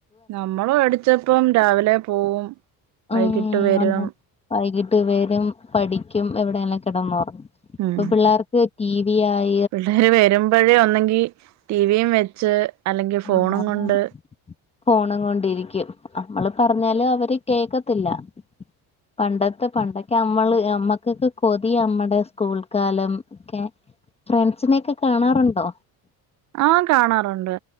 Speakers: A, on the right; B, on the left.
A: നമ്മള് പഠിച്ചപ്പം രാവിലെ പോവും വൈകിട്ട്
B: ഉം
A: വരും
B: അതാ വൈകിട്ട് വെരും പഠിക്കും എവിടേലും കെടെന്നാെറ ഇപ്പ
A: ഉം
B: പിള്ളേർക്ക് റ്റീവി ആയ്
A: പിള്ളേര് വര്മ്പഴേ ഒന്നെങ്കി ടീവിയും വെച്ച് അല്ലെങ്കിൽ
B: ആഹ്
A: ഫോണും
B: ആന്നാന്ന്
A: കൊണ്ട്
B: ഫോണും കൊണ്ടിരിക്കും നമ്മള് പറഞ്ഞാല് അവര് കേക്കത്തില്ല പണ്ടത്തെ പണ്ടൊക്കെ അമ്മള് അമ്മക്കൊക്കെ കൊതിയാ അമ്മടെ സ്കൂൾ കാലം ക്കെ ഫ്രണ്ട്സിനെയെക്കെ കാണാറുണ്ടോ
A: ആഹ് കാണാറുണ്ട്